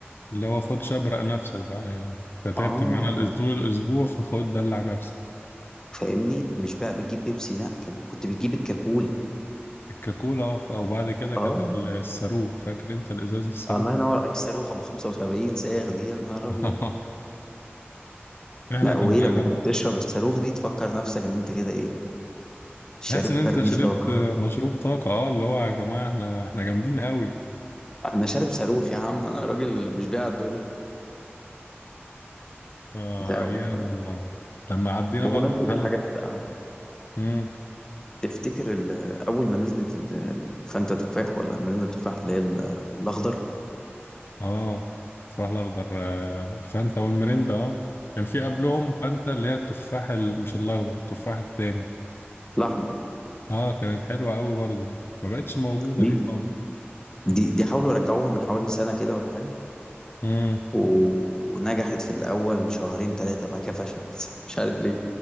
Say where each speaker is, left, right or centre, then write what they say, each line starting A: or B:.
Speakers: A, on the left; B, on the left.
A: اللي هو خد شبرق نفسك بقى يعني انت
B: اه
A: تعبت معانا الأس- طول الأسبوع فخد دلع نفسك
B: فاهمني مش بقى بتجيب بيبسي لا كان- كنت بتجيب الكاكولا
A: الكاكولا اه ف- وبعد كده
B: اه
A: كانت ال- الصاروخ فاكر انت الإزاز الصاروخ
B: الله ينور الصاروخ ابو 75 صاغ دي يا نهار
A: <laughs>
B: ابيض
A: احنا
B: لا
A: كنا
B: وايه لما كنت تشرب الصاروخ دي تفكر نفسك ان انت كده ايه شارب
A: تحس ان انت
B: برميل
A: شربت
B: طاقه
A: مشروب طاقة اه اللي هو يا جماعة احنا احنا جامدين قوي
B: <laughs> انا شارب صاروخ يا عم انا راجل مش بيع الدنيا
A: اه
B: لا
A: ايام
B: و-
A: والله لما عدينا
B: بمناسبه
A: بقى مرحلة
B: الحاجات الساقعه
A: امم
B: تفتكر ال- اول ما نزلت ال- الفانتا تفاح ولا المريندا تفاح اللي هي ال- الاخضر
A: اه التفاح الاخضر آه، الفانتا والمريندا اه كان في قبلهم فانتا اللي هي التفاح ال- مش الاخضر التفاح التاني
B: الاحمر
A: اه كانت حلوة قوي برضو ما بقتش موجودة
B: دي
A: دي خالص
B: دي دي حاولوا يرجعوها من حوالي سنه كده ولا حاجه
A: امم
B: و- ونجحت في الاول شهرين ثلاثه بعد كده فشلت <laughs> مش عارف ليه